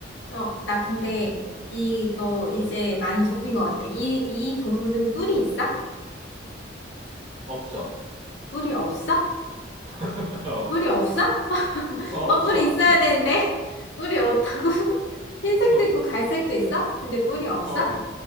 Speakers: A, on the left; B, on the right.
A: 어, 나 근데
B: 응,
A: 이거 이제 많이 좁힌 것 같아. 이, 이 동물은 뿔이 있어?
B: 없어.
A: 뿔이 없어?
B: <laughs>
A: 뿔이 없어? <laughs>
B: 어,
A: 어,
B: 없어.
A: 뿔이 있어야 되는데. <laughs> 뿔이 없다고? <laughs> 흰색도
B: 어,
A: 있고 갈색도 있어? 근데 뿔이 없어?
B: 어, 이-